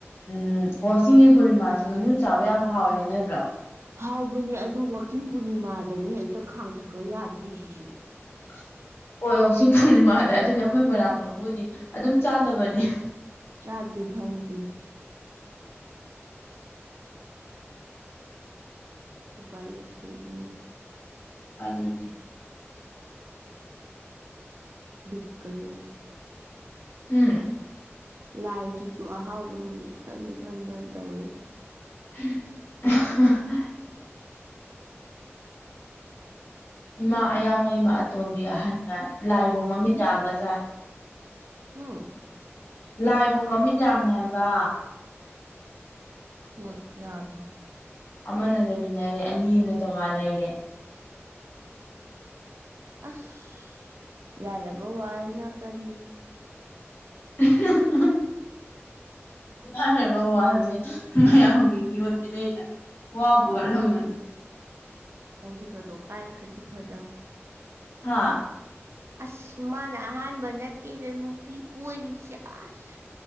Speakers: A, on the left; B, on the right.
A: ꯎꯝ ꯋꯥꯆꯤꯡꯒꯤ ꯄꯨꯔꯅꯤꯃꯥꯥꯁꯤ ꯉꯥꯅꯨ ꯆꯥꯕ ꯌꯥꯝ ꯍꯥꯎꯋꯦ ꯍꯥꯏꯅꯗ꯭ꯔꯣ꯫
B: ꯍꯥꯎꯕꯅꯦ ꯑꯗꯨ ꯋꯥꯛꯆꯤꯡ ꯄꯨꯔꯅꯤꯃꯥꯗꯅꯤ ꯍꯦꯛꯇ ꯈꯥꯡ ꯊꯥꯡꯒꯠ ꯌꯥꯗ꯭ꯔꯤꯁꯤꯁꯨ꯫
A: <inaudible> ꯍꯣꯏ ꯋꯥꯆꯤꯡ ꯄꯨꯔꯅꯤꯃꯥꯗ ꯑꯗꯨꯅꯤ ꯑꯩꯈꯣꯏ ꯃꯣꯏꯔꯥꯡ ꯀꯥꯡꯕꯨꯗꯤ ꯑꯗꯨꯝ ꯆꯥꯗꯕꯅꯤ꯫
B: ꯆꯥꯗꯦ ꯐꯪꯗꯦ꯫ ꯎꯄꯥꯏ ꯂꯩꯇꯦ ꯑꯗꯨꯅ꯫
A: ꯎꯄꯥꯏ ꯂꯩꯇꯦ꯫
B: ꯕꯤꯛꯀꯂꯤ꯫
A: ꯎꯝ꯫
B: ꯂꯥꯏꯒꯤꯁꯨ ꯑꯍꯥꯎꯕ ꯅꯨꯃꯤꯠ ꯈꯟ ꯈꯟꯗ ꯇꯧꯋꯦ꯫
A: <inaudible> ꯏꯃꯥ ꯑꯌꯥꯡ ꯂꯩꯃ ꯑꯇꯣꯝꯕꯤ ꯑꯍꯟ ꯂꯥꯏ ꯂꯥꯏꯐꯧ ꯃꯃꯤꯠ ꯌꯥꯝꯕ ꯖꯠꯅꯤ꯫
B: ꯍꯨꯝ꯫
A: ꯂꯥꯏꯕꯥꯎ ꯃꯃꯤꯠ ꯌꯥꯝꯃꯦ ꯍꯥꯏꯕ꯫
B: ꯍꯣꯏ ꯌꯥꯝꯃꯦ꯫
A: ꯑꯃꯅ ꯂꯩꯃꯤꯟꯅꯔꯦ ꯑꯅꯤ ꯑꯃꯅ ꯇꯣꯉꯥꯟꯅ ꯂꯩꯔꯦ꯫
B: ꯑꯁ ꯂꯥꯏꯔꯕ ꯋꯥꯜꯅ ꯀꯔꯤ꯫
A: <inaudible> ꯂꯥꯏꯔꯕ ꯋꯥꯜꯗꯤ ꯃꯌꯥꯝꯒꯤ ꯃꯤꯌꯣꯠ ꯃꯤꯅꯩꯗ ꯋꯥꯕꯨ ꯋꯥꯔꯝꯃꯅꯤ꯫
B: ꯈꯣꯡꯕꯤꯒꯗꯣ ꯀꯥꯏꯈ꯭ꯔꯗꯤ ꯐꯥꯗꯧꯅꯤ꯫
A: ꯍꯥ꯫
B: ꯑꯁ ꯃꯥꯅ ꯑꯍꯥꯟꯕ ꯅꯠꯇꯦꯗ ꯅꯨꯄꯤ ꯀꯣꯏꯔꯤꯁꯦ ꯑꯁ꯫